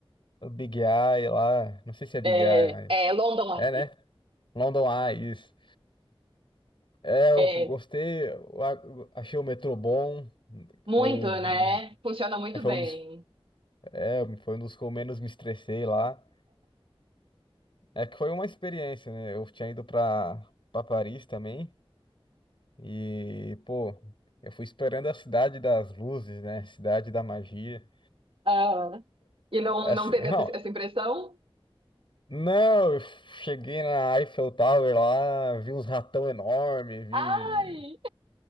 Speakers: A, on the left; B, on the right.
A: O Big Eye lá. Não sei se é Big
B: É,
A: Eye, mas.
B: é London
A: É, né?
B: Eye.
A: London Eye, isso. É, eu
B: É,
A: gostei, eu a- eu achei o metrô bom.
B: muito,
A: Foi, um-
B: né? Funciona muito
A: foi
B: bem.
A: um dos, é, foi um dos que eu menos me estressei lá. É que foi uma experiência, né? Eu tinha ido pra, pra Paris também. E, pô, eu fui esperando a cidade das luzes, né? Cidade da magia.
B: Ah, e não,
A: Assim,
B: não teve
A: não,
B: essa, essa impressão?
A: não, eu cheguei na Eiffel Tower lá, vi uns ratão enorme, vi.
B: Ai!